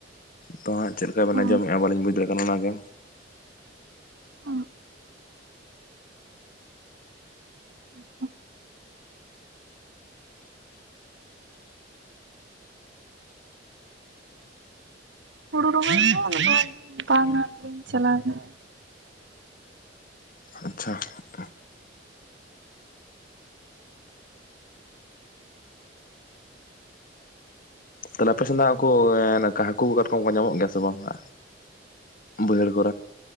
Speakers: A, on the left; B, on the right.
A: ᱛᱚ ᱦᱟᱸᱜ ᱪᱮᱫ ᱞᱮᱠᱟ ᱵᱮᱱ
B: ᱚ
A: ᱟᱸᱡᱚᱢᱮᱫ-ᱟ ᱵᱟᱹᱞᱤᱧ ᱵᱩᱡᱽ ᱫᱟᱲᱮᱭᱟᱜ ᱠᱟᱱᱟ ᱚᱱᱟ ᱜᱮ᱾
B: ᱚ <inaudible> ᱦᱩᱲᱩ ᱨᱚᱦᱚᱭ ᱫᱚ ᱩᱱᱟᱹᱜ ᱫᱚ ᱵᱟᱝ-ᱟ ᱵᱟ. ᱧ ᱪᱟᱞᱟᱣ ᱟᱠᱟᱱᱟ ᱾
A: ᱟᱪᱪᱷᱟ ᱾ ᱛᱟᱦᱞᱮ ᱟᱯᱮ ᱥᱮᱫ ᱩᱱᱠᱩ ᱦᱟᱹᱠᱩ ᱠᱟᱴᱠᱚᱢ ᱠᱚ ᱧᱟᱢᱚᱜ ᱜᱮᱭᱟ ᱥᱮ ᱵᱟᱝ ᱦᱟᱸᱜ, ᱵᱟᱹᱭᱦᱟᱹᱲ ᱠᱚ